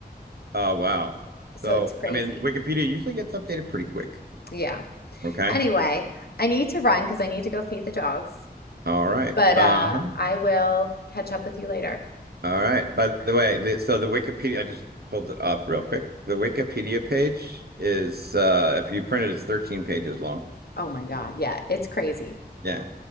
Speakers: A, on the right (about 65°); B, on the left (about 65°).
A: Oh, wow.
B: so
A: So,
B: it's crazy
A: I mean, Wikipedia usually gets updated pretty quick.
B: yeah
A: Okay.
B: anyway I need to run because I need to go feed the dogs
A: All right.
B: but
A: Uh-huh.
B: uh I will catch up with you later
A: All right. By
B: all
A: the
B: right
A: way, the, so the Wikipedia, I just pulled it up real quick. The Wikipedia page is, uh, if you print it, it's 13 pages long.
B: oh my God yeah it's crazy
A: Yeah.